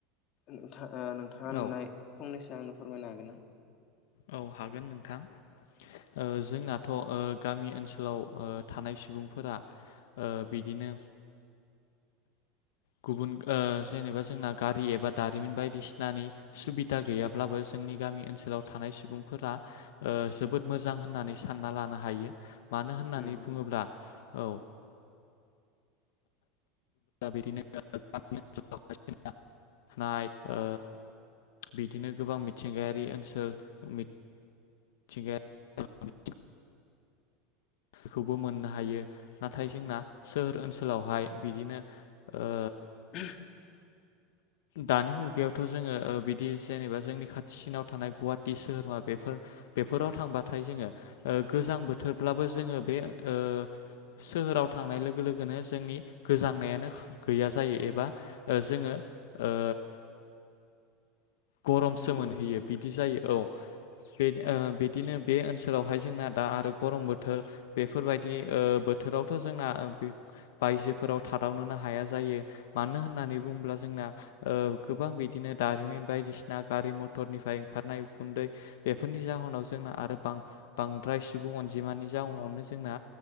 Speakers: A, on the left (about 45°); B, on the left (about 80°).
A: नोंथाङा नुनाय
B: औ
A: फंनैसो आंनो फोरमायनो हागोन ना।
B: औ हागोन नोंथां जों जोंनाथ' गामि ओनसोलाव थानाय सुबुंफोरा ओ बिदिनो गुबुन जेनेबा जोंना गारि एप एबा दारिमिन बायदिसिनानि सुबिदा गैयाब्लाबो जोंनि गामि ओनसोलाव थानाय सुबुंफोरा जोबोद मोजां होननानै सानना लानो हायो। मानो होननानै
A: नंगौ नंगौ
B: बुङोब्ला औ बिदिनो <unintelligible> नाय औ बिदिनो गोबां मिथिंगायारि ओनसोल मि थिंगायारि बेखौबो मोननो हायो नाथाय जोंना सोहोर ओनसोलावहाय बिदिनो ओ
A: <inaudible>
B: दानि मुगायावथ' जोङो बिदि जेनेबा जोंनि खाथिसिनाव थानाय गुवाहाटी सोहोर बेफोर बेफोराव थांबाथाय जोङो ओ गोजां बोथोरब्ला जोङो बे ओ सोहोराव थांनाय लोगो लोगोनो जोंनि गोजांनायानो गैया जायो एबा ओ जोङो ओ
A: <inaudible>
B: गरमसो मोनहैयो
A: नंगौ नोंथां
B: बिदि जायो औ। बे ओ बिदिनो
A: नंगौ
B: बे ओनसोलावहाय जोंना दा आरो गरम बोथोर बेफोरबायदि ओ बोथोरावथ' जोंना बे बायजोफोराव थादावनोनो हाया जायो मानो होननानै बुब्ला जोंना ओ गोबां बिदिनो दारिमिन बायदिसिना गारि मथरनिफ्राय ओंखारनाय उखुन्दै बेफोरनि जाहोनाव जोंना आरो बां-बांद्राय सुबुं अनजिमानि जाउनावनो जोंना